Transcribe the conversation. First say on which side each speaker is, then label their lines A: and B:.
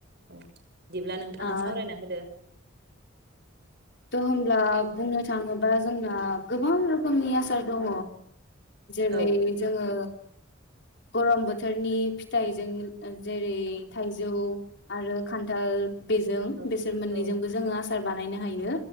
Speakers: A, on the right; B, on the left.
A: औ बिदिब्ला नोंथाङा
B: ओ
A: सावरायना होदो।
B: थ' होमब्ला बुंनो थाङोबा जोंना गोबां रोखोमनि आसार दङ। जेरै
A: औ
B: जोङो गरम बोथोरनि फिथाइजों जेरै थाइजौ आरो खान्थाल। बेजों
A: औ
B: बेसोर मोननैजोंबो
A: औ
B: जोङो आ सार बानायनो हायो।